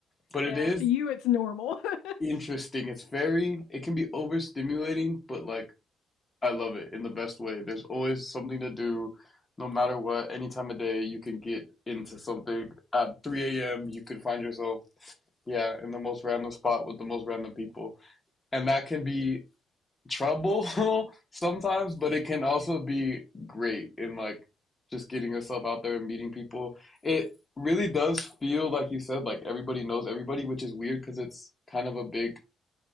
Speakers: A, on the left (about 20°); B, on the left (about 80°).
A: But
B: yeah,
A: it is
B: to you it's normal. <laughs>
A: interesting. It's very, it can be overstimulating, but like I love it in the best way. There's always something to do, no matter what, any time of day, you can get into something. At 3 a.m., you could find yourself yeah, in the most random spot with the most random people. And that can be trouble <laughs> sometimes, but it can also be great in like just getting yourself out there and meeting people. It really does feel like you said like everybody knows everybody, which is weird because it's kind of a big